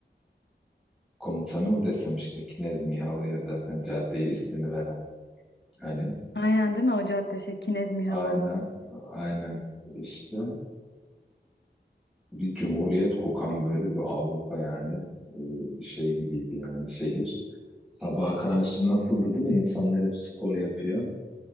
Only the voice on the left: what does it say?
Aynen değil mi? O cadde şey Kinez Mihalova.